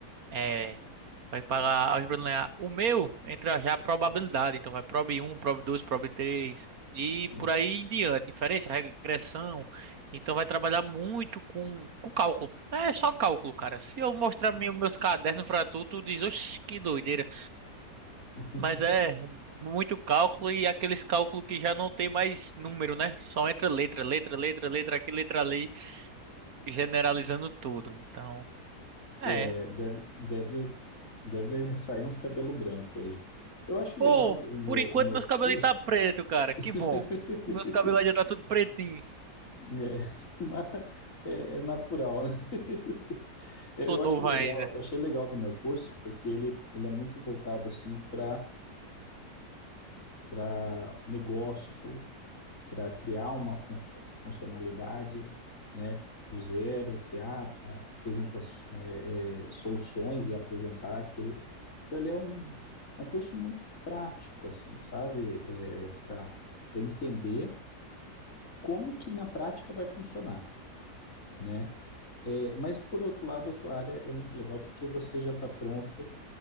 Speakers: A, on the right; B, on the left.
A: é, Vai pagar álgebra linear. O meu entra já a probabilidade. Então vai prob um prob 2 prob 3 e
B: Nossa.
A: por aí em diante. Inferência, regressão. Então vai trabalhar muito com, com cálculo. É só cálculo, cara. Se eu mostrar meu- meus cadernos pra tu, tu diz, oxe, que doideira.
B: <laughs>
A: Mas é muito cálculo e aqueles cálculos que já não tem mais número, né? Só entra letra, letra, letra, letra aqui, letra ali, generalizando tudo. Então. é
B: É, deve, deve, deve sair uns cabelo branco aí. Eu acho
A: Pô,
B: legal o meu,
A: por enquanto
B: o meu
A: meus
B: curso.
A: cabelos tá preto, cara. Que
B: <laughs>
A: bom. Meus cabelos já tá tudo pretinho.
B: É, <laughs> mas é- é natural, né? <laughs> Eu
A: Tô
B: eu
A: novo
B: acho legal,
A: ainda.
B: eu achei legal do meu curso, porque ele, ele é muito voltado assim para para negócio, para criar uma funcio- funcionalidade, né, do zero, criar, a- apresentar é, é, soluções e apresentar aquilo. Então ele é um, um curso muito prático, assim, sabe? É, para para entender como que na prática vai funcionar né? É, mas por outro lado, a tua área é muito legal porque você já está pronto